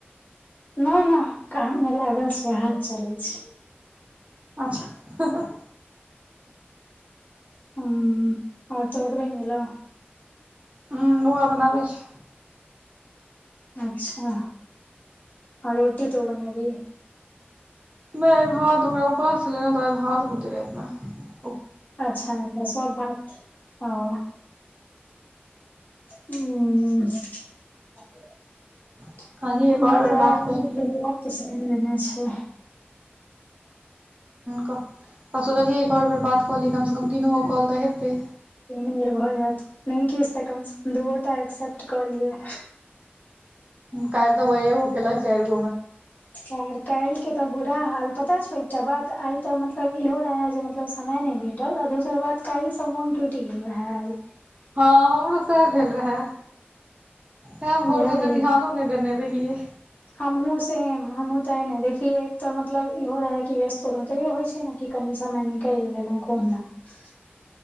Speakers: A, on the left; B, on the right.
A: न न काम मे लागल सह चलै छै।
B: अच्छा ह ह।
A: ह आओर तऽ बने गेलेलो।
B: ह बौआ बनाबै छै।
A: अच्छा आओ रोटी तु बनेबी।
B: बस भात ओकरा उपास छलेना तऽ अभ भात बनती रहेतमे।
A: अच्छा सब बा। हँ ह। हम
B: कहलियै एक आओर बेर
A: तऽ
B: बात
A: आ आध
B: कऽ ली
A: पके सा लने छै।
B: ह सोचलियै एक आओर बेर बात कहली कम से कम तीन गो कॉल तऽ हेतै।
A: तीन बेर भऽ जायत नहि कि तऽ कम से कम दूोटा एक्सेप्ट कऽ लिय।
B: कायल् तऽ वहगो केलक चआर।
A: आर काल्हि के तऽ बुरा हाल पता छौ एकटा बात आइ तऽ मतलब इहो रहे जे मतलब। हमे नहि भेटल आ दोसर बात काल्हि सब मोन टूटि गेल रहे आइ।
B: हँ हमरो सएह भेल रहे तै
A: बुझलही
B: भोरस ओते ध्यानो। नहि देने रहिये।
A: हमहुँ सेम हमूँ तऽ ने देखी एक तऽ मतलब इहो रह कि व्यस्तो तैयो होइ छै ने। की कनि समय निकल लेलहु कहुना। <unintelligible>